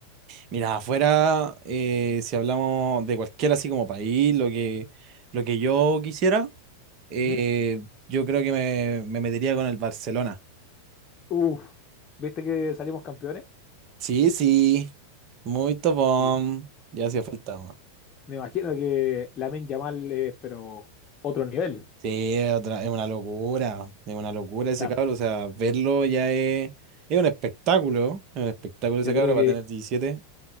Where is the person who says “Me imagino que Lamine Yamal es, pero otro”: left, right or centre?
Left